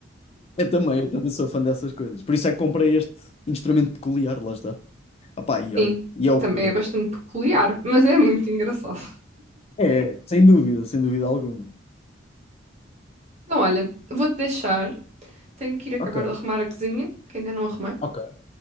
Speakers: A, on the left (about 30°); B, on the right (about 35°).
A: Eu também, eu também sou fã dessas coisas. Por isso é que comprei este instrumento peculiar, lá está.
B: <laughs>
A: Opá, e
B: sim,
A: olha, e é o
B: também
A: que é.
B: é bastante peculiar, mas é muito engraçado.
A: É, sem dúvida, sem dúvida alguma.
B: Então, olha, vou-te deixar. Tenho que ir acabar
A: Ok,
B: de arrumar a cozinha, que ainda não arrumei.
A: ok.